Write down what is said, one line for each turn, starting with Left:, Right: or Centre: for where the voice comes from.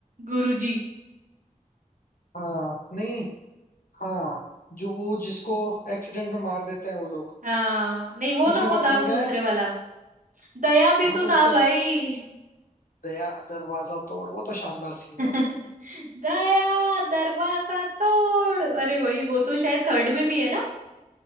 Right: गुरु जी
Left: हाँ नहीं हाँ जो वो जिसको एक्सीडेंट में मार देते हैं वो लोग
Right: हाँ नहीं वो
Left: क्योंकि
Right: तो वो
Left: वो अपने
Right: था वो
Left: क्या
Right: दूसरे
Left: है
Right: वाला दया भी
Left: हाँ
Right: तो
Left: तो
Right: था
Left: उसके
Right: भाई
Left: दया दरवाजा तोड़ वो तो शानदार सीन
Right: <laughs>
Left: है
Right: दया दरवाजा तोड़ अरे भाई वो तो शायद थर्ड में भी है ना